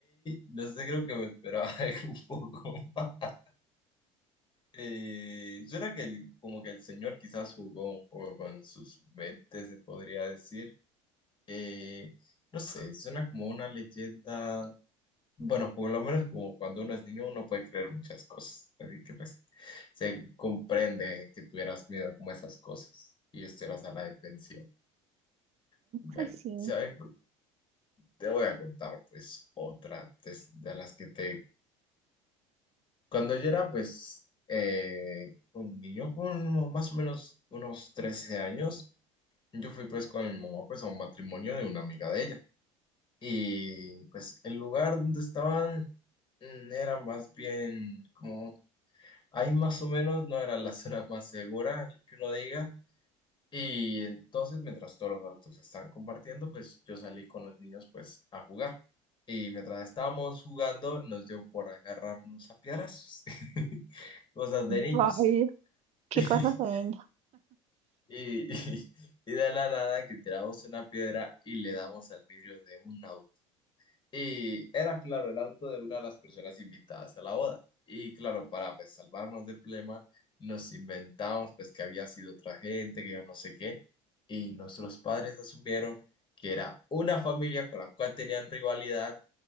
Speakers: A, on the left; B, on the right.
A: no sé, creo que me esperaba <laughs> algo un poco más. Eh, yo era que el- como que el señor quizás jugó un poco con sus mentes, se podría decir. Eh, no sé, suena como una leyenda. Bueno, por lo menos como cuando uno es niño uno puede creer muchas cosas. Así que pues se comprende que tuvieras miedo como a esas cosas y estuvieras a la defensiva. Bueno,
B: Pues sí.
A: ¿sabe? Te voy a contar pues otra de de las que te Cuando yo era, pues, eh, un niño, con más o menos unos 13 años, yo fui, pues, con mi mamá, pues, a un matrimonio de una amiga de ella. Y, pues, el lugar donde estaban mm, era más bien como, ahí más o menos no era la zona más segura, que uno diga, y entonces, mientras todos los adultos estaban compartiendo, pues yo salí con los niños pues a jugar. Y mientras estábamos jugando, nos dio por agarrarnos a piedras. <laughs> Cosas de niños.
B: Vaya. Qué cosas
A: <laughs>
B: de niño.
A: Y, y, y de la nada que tiramos una piedra y le damos al vidrio de un auto. Y era, claro, el auto de una de las personas invitadas a la boda. Y claro, para pues salvarnos del problema, nos inventamos pues que había sido otra gente, que yo no sé qué. Y nuestros padres asumieron que era una familia con la cual tenían rivalidad